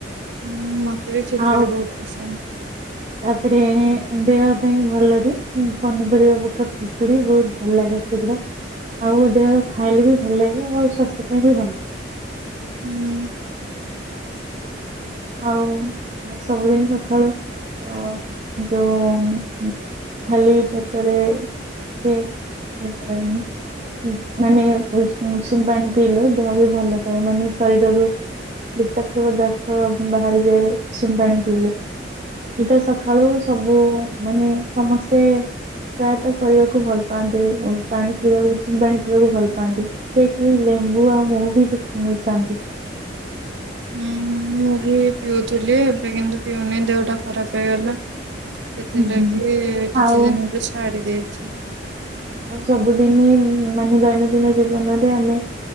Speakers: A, on the right; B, on the right.
A: ହୁଁ ମତେ ବି ଖେଚୁଡ଼ି
B: ଆଉ
A: ବହୁତ ପସନ୍ଦ।
B: ତାପରେ ଦେହ ପାଇଁ ଭଲ ବି ପନିପରିବା ପକା ଖିଚୁଡି ବହୁତ ଭଲ ଲାଗେ ସେଗୁଡା। ଆଉ ଦେହ ଖାଇଲେ ବି ଭଲ ଲାଗେ ଆଉ ସ୍ୱାସ୍ଥ୍ୟ ପାଇଁ ବି ଭଲ।
A: ହୁଁ
B: ଆଉ ସବୁଦିନ ସଖାଳୁ। ଅ ଯୋଉ ଖାଲି ପେଟରେ ହେ <inaudible> ମାନେ ଉଷୁମ ଉଷୁମ ପାଣି ପିଇଲେ ଦେହ ବି ଭଲ ଥାଏ ମାନେ ଶରୀରରୁ। ବିଷାକ୍ତ ପଦାର୍ଥ ବାହାରିଯାଏ ଉଷୁମ ପାଣି ପିଇଲେ। ଯୋଉଟା ସକାଳୁ ସବୁ ମାନେ ସମସ୍ତେ। ପ୍ରାୟତଃ କରିବାକୁ ଭଲ ପାଆନ୍ତି ଉ ପାଣି ପିଇବାକୁ ଉଷୁମ ପାଣି ପିଇବାକୁ ଭଲ ପାଆନ୍ତି। କେହି କେହି ଲେମ୍ବୁ ଆଉ ମହୁ ବି ମିଶାନ୍ତି।
A: ହୁଁ ମୁଁ ବି ପିଉଥିଲି ଏବେ କିନ୍ତୁ ପିଉନି ଦେହଟା ଖରାପ ହେଇଗଲା। ସେଥିଲାଗି
B: ହୁଁ ହୁଁ।
A: କିଛି
B: ଆଉ
A: ଦିନ ବି ଛାଡି ଦେଇଛି।
B: ସବୁଦିନ ମାନେ ଦୈନନ୍ଦିନ ଜୀବନରେ ଆମେ।